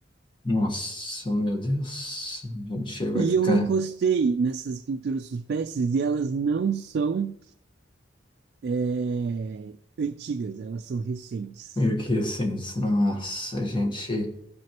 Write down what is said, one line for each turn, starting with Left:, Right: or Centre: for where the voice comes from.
Left: Nossa, meu Deus, a gente vai
Right: E
Left: ficar
Right: eu encostei nessas pinturas suspensas e elas não são é, antigas, elas são recentes.
Left: meio que assim, nossa, a gente,